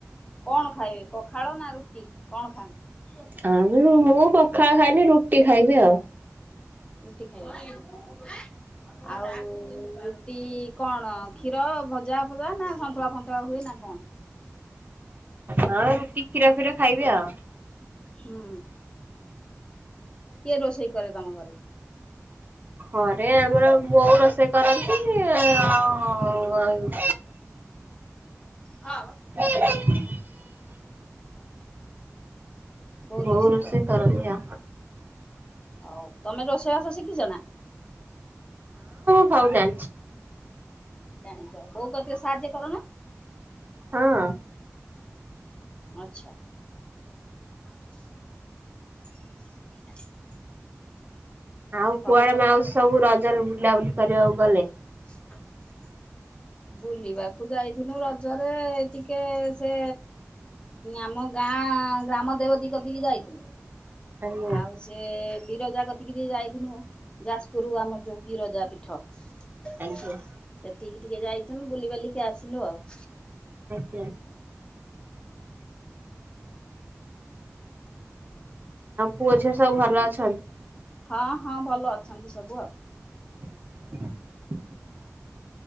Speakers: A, on the left; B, on the right.
A: କଣ ଖାଇବେ ପଖାଳ ନା ରୁଟି କଣ ଖାନ୍ତି।
B: ଆଉ ମୁଁ ପଖାଳ ଖାଇନି ରୁଟି ଖାଇବି ଆଉ।
A: ରୁଟି ଖାଇବା ଆଉ ରୁଟି କଣ କ୍ଷୀର ଭଜା ଫଜା ନା ସନ୍ତୁଳା ଫନ୍ତୁଳା ହୁଏ ନା କଣ।
B: ହଁ ରୁଟି କ୍ଷୀର ଫିର ଖାଇବି ଆଉ।
A: ହୁଁ କିଏ ରୋଷେଇ କରେ ତମ ଘରେ।
B: ହରେ ଆମର ବୋଉ ରୋଷେଇ କରନ୍ତି ଆଉ
A: ହଁ।
B: <inaudible>
A: ବୋଉ
B: ହଉ ରୋଷେଇ
A: କରେ
B: କରନ୍ତିି।
A: ହଉ ତମେ ରୋଷେଇବାସ ଶିଖିଛ ନା।
B: ଥାଉଜ
A: ଜାଣିଛ ବୋଉ କେ ସାହାଯ୍ୟ କରନ।
B: ହଁ।
A: ଆଚ୍ଛା। <inaudible> <inaudible>
B: ଆଉ
A: ସବୁ
B: କୁଆଡେ
A: କଥା
B: ମାଉସ ସବୁ ରଜରେ ଲଉଲି କରିରେ ଗଲେ।
A: <inaudible> ବୁଲିବାକୁ ଯାଇଥିଲୁ ରଜରେ ଟିକେ ସେ ଆମ ଗାଁ ଗ୍ରାମ ଦେବ ଦୀକ ଟକେ ଯାଇଥିଲୁ।
B: ଆଜ୍ଞା।
A: ଆଉ ସେ ବିରଜା କତିକି ଟ ଯାଇଥଥିଲୁ ଯାଜପୁରରୁ ଆମର ଯୋଉ ବିରଜା ପୀଠ ସେଠିକି
B: ଆଜ୍ଞା
A: ଟିକେ ଯାଇଥଥିଲୁ ବୁଲିିବାଲିକି ଆସିଲୁ ଆଉ।
B: <inaudible> ଆଉ ପୁଅ ଝିଅ ସବୁ ଭଲ ଅଛନ୍ତି।
A: ହଁ ହଁ ଭଲ ଅଛନ୍ତି ସବୁ ଆଉ।
B: <inaudible>